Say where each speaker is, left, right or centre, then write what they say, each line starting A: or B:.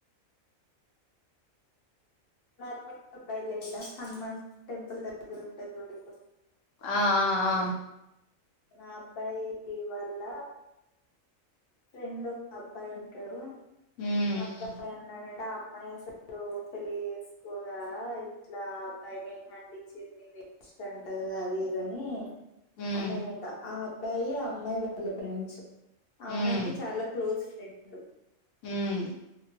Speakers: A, on the left; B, on the left.
A: నర్మ పైలేద హనుమాన్ టెంపుల్ దగ్గర ఉంటే చూడూ ఇంకో
B: ఆ ఆ ఆ
A: ఆ అబ్బాయి వల్ల ఫ్రెండ్ ఒక అబ్బాయి ఉంటాడు
B: ఉమ్
A: ఆ అబ్బాయి అన్నాడంటే ఆ అమ్మాయి అసలు పెళ్లి చేసుకోదా ఇట్లా పైన ఏ హండ్ ఇచ్చింది వేస్ట్ అంటగా అది ఇది అని
B: ఉమ్
A: అన్నాడంట ఆ అబ్బాయి ఆ అమ్మాయి వాళ్ళ బ్రాంచ్ ఆ
B: ఉమ్
A: అమ్మాయికి చాలా క్లోజ్ ఫ్రెండ్స్
B: ఉమ్